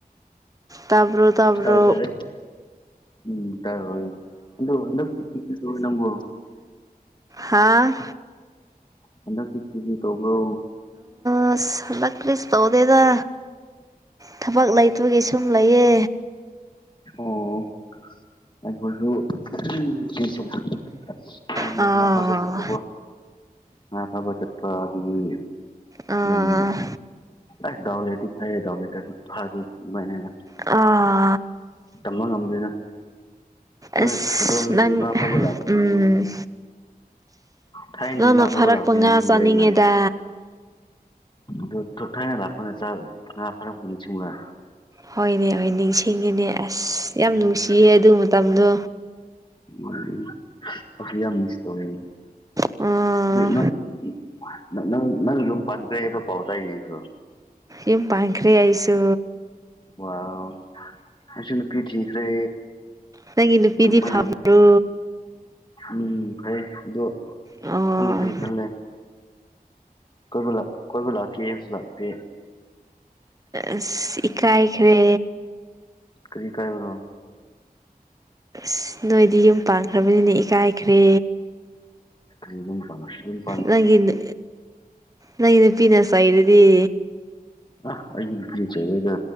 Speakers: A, on the right; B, on the left.
A: ꯇꯥꯕ꯭ꯔꯣ ꯇꯥꯕ꯭ꯔꯣ꯫
B: ꯇꯥꯏ ꯇꯥꯏ ꯎꯝ ꯇꯑꯣꯏ <unintelligible> ꯅꯪꯕꯨ
A: ꯍꯥꯥ꯫
B: ꯍꯟꯗꯛꯀꯤ ꯈꯔꯦꯆꯔꯤ ꯇꯧꯕꯔꯣ꯫
A: ꯑꯁ ꯍꯟꯗꯛ ꯄ꯭ꯂꯤꯁ ꯇꯧꯗꯦꯗ ꯊꯕꯛ ꯂꯩꯇꯕꯒꯤꯁꯨ ꯑꯗꯨꯝ ꯂꯩꯌꯦ꯫
B: ꯑꯣ꯫ ꯑꯩꯕꯨꯁꯨ <unintelligible>
A: ꯑꯥ
B: ꯉꯥ ꯐꯕ ꯆꯠꯄꯀꯣ꯫ ꯉꯥ ꯐꯕ ꯆꯠꯄ ꯑꯗꯨꯒꯤ꯫
A: ꯑꯥ
B: ꯗꯨꯝ ꯑꯦ ꯗꯥꯎꯂꯩꯔꯗꯤ ꯐꯥꯌꯦ ꯗꯥꯎꯂꯩꯇ꯭ꯔꯗꯤ ꯐꯗꯦ ꯑꯗꯨꯝꯃꯥꯏꯅ꯫
A: ꯑꯥ꯫
B: ꯇꯝꯕ ꯉꯝꯗꯦꯅ꯫ ꯅꯣꯏ
A: ꯑꯁ
B: ꯑꯗꯣꯝꯗꯤ
A: ꯅꯪ
B: ꯉꯥ ꯐꯥꯕ ꯂꯥꯛꯄꯅꯤꯅꯦ
A: ꯎꯝ꯫
B: ꯊꯥꯏꯅꯗꯤ
A: ꯅꯪꯅ
B: ꯉꯥ
A: ꯐꯥꯔꯛꯄ
B: ꯐꯕ ꯂꯥꯛꯄꯤ
A: ꯉꯥ
B: ꯅꯤꯡꯁꯤꯡꯕ꯭ꯔꯩ
A: ꯆꯥꯅꯤꯡꯉꯦꯗ
B: ꯅ꯫ ꯑꯗꯨ ꯊꯣ ꯊꯥꯏꯅ ꯂꯥꯛꯄꯅ ꯆ ꯉꯥ ꯐꯥꯔꯛꯄꯗꯨ ꯅꯤꯡꯁꯤꯡꯕ꯭ꯔꯥ꯫
A: ꯍꯣꯏꯅꯦ ꯍꯣꯏ ꯅꯤꯡꯁꯤꯡꯉꯤꯅꯦ ꯑꯁ ꯌꯥꯝ
B: ꯎꯝ
A: ꯅꯨꯡꯁꯤꯌꯦ ꯑꯗꯨ ꯃꯇꯝꯗꯨ꯫
B: ꯎꯝ ꯍꯧꯖꯤ ꯌꯥꯝ ꯃꯤꯁ ꯇꯧꯋꯦ꯫
A: ꯑꯣ
B: ꯅ ꯅꯪ ꯅ ꯅꯪ ꯅꯪ ꯌꯨꯝ ꯄꯟꯗ꯭ꯔꯦ ꯍꯥꯏꯕ ꯄꯥꯎꯇꯥꯏꯌꯦ ꯑꯩꯁꯨ꯫
A: ꯌꯨꯝ ꯄꯥꯟꯈ꯭ꯔꯦ ꯑꯩꯁꯨ꯫
B: ꯋ꯭ꯥꯎ ꯑꯩꯁꯨ ꯅꯨꯄꯤ ꯊꯤꯈ꯭ꯔꯦ꯫
A: ꯅꯪꯒꯤ ꯅꯨꯄꯤꯗꯤ
B: ꯑꯗꯨ ꯀꯣꯟꯅ
A: ꯐꯥꯕ꯭ꯔꯣ꯫
B: ꯎꯝ ꯐꯩ ꯗꯣ
A: ꯑꯣ
B: ꯅꯪꯗꯤ ꯀꯔꯤ ꯈꯜꯂꯦ꯫ ꯀꯣꯏꯕꯂꯥꯛ ꯀꯣꯏꯕꯂꯥꯛꯀꯦ ꯍꯥꯏꯕꯁꯨ ꯂꯥꯛꯇꯦ꯫
A: ꯑꯁ ꯏꯀꯥꯏꯈ꯭ꯔꯦ꯫
B: ꯀꯔꯤ ꯏꯀꯥꯏꯕ꯭ꯔꯣ꯫
A: ꯑꯁ ꯅꯣꯏꯗꯤ ꯌꯨꯝ ꯄꯥꯟꯈ꯭ꯔꯕꯅꯤꯅ ꯏꯀꯥꯏꯈ꯭ꯔꯦ꯫
B: ꯀ꯭ꯔꯤ ꯌꯨꯝ ꯄꯥꯟꯈꯤꯕꯥ ꯏ
A: ꯅꯪꯒꯤ ꯅ ꯅꯪꯒꯤ ꯅꯨꯄꯤꯅ ꯆꯩꯔꯗꯤ꯫
B: ꯑ ꯑꯩꯏ ꯅꯨꯄꯤꯅ ꯆꯩꯔꯣꯏꯗ